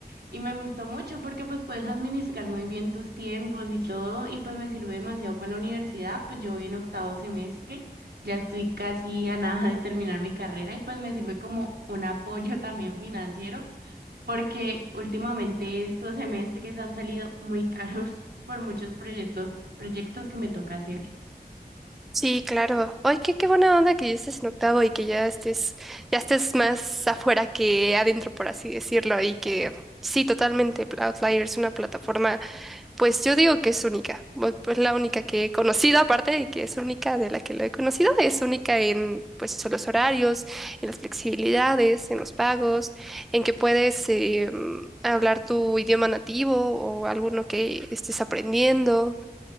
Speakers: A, on the right; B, in the centre.
A: Y me gustó mucho porque pues puedes administrar muy bien tus tiempos y todo y pues me sirve demasiado con la universidad, pues yo voy en octavo semestre, ya estoy casi a nada de terminar mi carrera y pues me sirve como un apoyo también financiero porque últimamente estos semestres han salido muy caros <laughs> por muchos proyectos, proyectos que me toca hacer.
B: Sí, claro. Ay, qué, qué buena onda que ya estés en octavo y que ya estés, ya estés más afuera que adentro, por así decirlo, y que sí, totalmente, Pl- Outlier es una plataforma, pues yo digo que es única, Bu- pues la única que he conocido, aparte de que es única de la que lo he conocido, es única en pues los horarios, en las flexibilidades, en los pagos, en que puedes eh, hablar tu idioma nativo o alguno que estés aprendiendo.